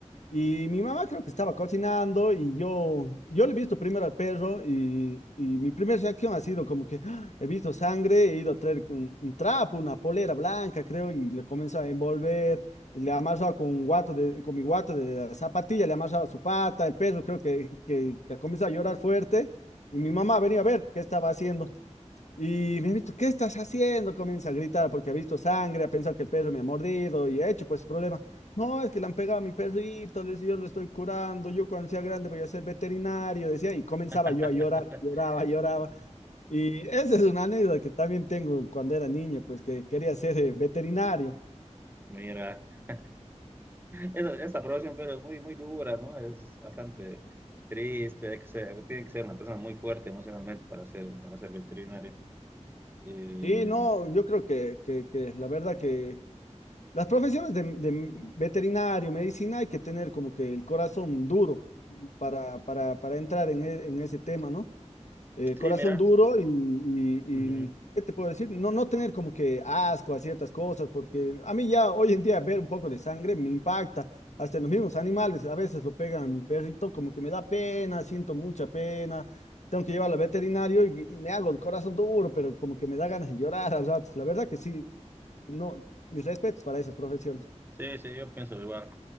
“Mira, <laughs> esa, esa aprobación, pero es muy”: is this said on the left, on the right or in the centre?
Right